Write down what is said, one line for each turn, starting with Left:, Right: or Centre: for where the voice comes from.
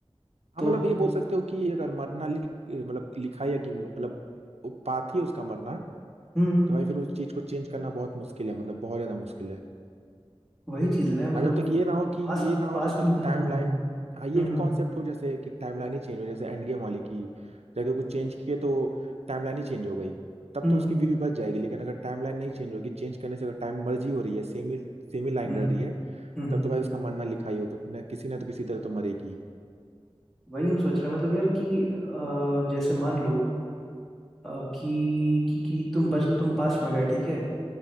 Right: हाँ,
Centre: तो
Right: मतलब ये बोल सकते हो कि अगर मरना लिख मतलब लिखा है कि मतलब वो पाथ ही है उसका मरना
Centre: हम्म
Right: तो भाई फिर उस चीज को चेंज करना बहुत मुश्किल है मतलब बहुत ज्यादा मुश्किल है
Centre: वही चीज है ना मतलब
Right: हाँ जब तक ये ना हो कि
Centre: पास्ट
Right: ये ना हो
Centre: पास्ट
Right: जब तक
Centre: में
Right: कि
Centre: भी-
Right: टाइम
Centre: हाँ
Right: लाइन
Centre: हम्म
Right: हाँ ये
Centre: हम्म
Right: कॉन्सेप्ट हो जैसे कि टाइम लाइन ही चेंज हो जैसे एंड गेम वाली की जगह कुछ चेंज किए तो टाइम लाइन ही चेंज हो गई तब
Centre: हम्म
Right: तो
Centre: हम्म
Right: उसकी वीवी बच जाएगी लेकिन अगर टाइम लाइन नहीं चेंज होगी चेंज करने से अगर टाइम मर्जी हो रही है सेम ही सेम ही लाइन
Centre: हम्म हम्म,
Right: रह रही है
Centre: हम्म।
Right: तब
Centre: हम्म,
Right: तो
Centre: हम्म।
Right: भाई उसका मरना लिखा ही हो तो ना किसी ना तो किसी तरह तो मरेगी
Centre: वही हम सोच रहे हैं मतलब यार कि अ, जैसे मान लो अ, कि,
Right: हाँ
Centre: कि कि तुम बच तुम पास्ट में गए ठीक है